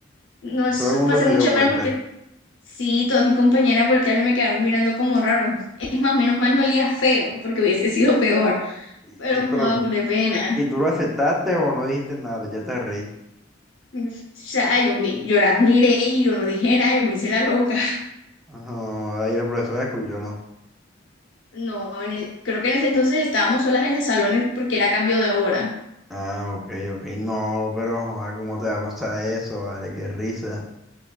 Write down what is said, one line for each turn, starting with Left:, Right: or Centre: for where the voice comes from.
Left: no,
Centre: y
Left: eso
Centre: todo el mundo
Left: pasé
Centre: se
Left: mucha
Centre: dio cuenta.
Left: pena porque sí, todas mis compañeras voltearon y me quedaron mirando como raro. Es más, menos mal no olía feo porque hubiese sido peor
Centre: Y,
Left: Pero
Centre: y pero,
Left: joda, cule pena.
Centre: ¿y tú lo aceptaste o no dijiste nada? Ya te reí.
Left: O sea, yo, mi- yo las miré y yo no dije nada, yo me hice la loca.
Centre: Ajá, ahí la profesora escuchó, ¿no?
Left: No, en e- creo que en ese entonces estábamos solas en el salón en- porque era cambio de hora.
Centre: Ah, ok, ok. No, pero, joder, ¿cómo te va a pasar eso? Vale, qué risa.